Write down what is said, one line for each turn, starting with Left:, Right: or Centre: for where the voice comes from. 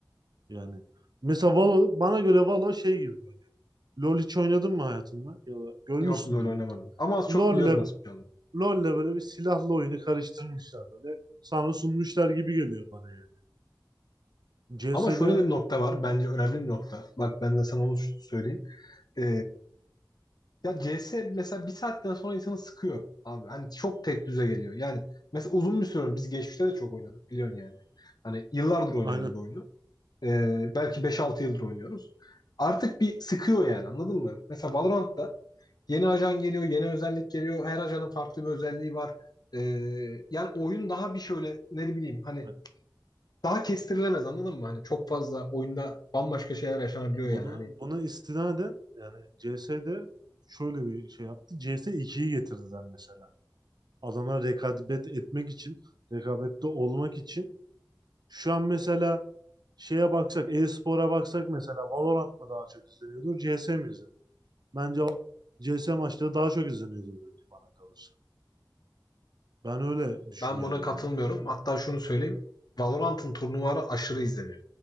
Right: Yani mesela Valo bana göre Valo şey gibi böyle. LoL hiç oynadın mı hayatında? Ya da görmüşsündür
Left: yok LoL
Right: mutlaka.
Left: oynamadım. Ama az çok
Right: LoL'le
Left: biliyorum nasıl bir şey olduğunu.
Right: LoL'le böyle bir silahlı oyunu karıştırmışlar böyle. Sana sunmuşlar gibi geliyor bana yani. CS'de
Left: Ama şöyle de bir nokta var. Bence önemli bir nokta. Bak ben de sana onu söyleyeyim. E, Ya CS mesela bir saatten sonra insanı sıkıyor abi. Hani çok tek düze geliyor. Yani mesela uzun bir süre biz geçmişte de çok oynadık biliyorsun yani. Hani yıllardır oynuyoruz
Right: aynen.
Left: bu oyunu. Ee, belki beş altı yıldır oynuyoruz. Artık bir sıkıyor yani anladın mı? Mesela Valorant'ta yeni ajan geliyor, yeni özellik geliyor. Her ajanın farklı bir özelliği var. Ee, yani oyun daha bir şöyle ne bileyim hani
Right: Bak
Left: daha kestirilemez anladın mı? Hani çok fazla oyunda bambaşka şeyler yaşanabiliyor
Right: buna
Left: yani. Hani
Right: buna istinaden yani CS'de şöyle bir şey yaptı. CS ikiyi getirdiler mesela. Adamlar rekabet etmek için, rekabette olmak için Şu an mesela şeye baksak, e-spora baksak mesela Valorant mı daha çok izleniyordur, CS mi izleniyor? Bence o CS maçları daha çok izleniyordur bence bana kalırsa. Ben öyle düşünüyorum
Left: Ben buna katılmıyorum.
Right: yani.
Left: Hatta şunu söyleyeyim. Valorant'ın turnuvaları aşırı izleniyor.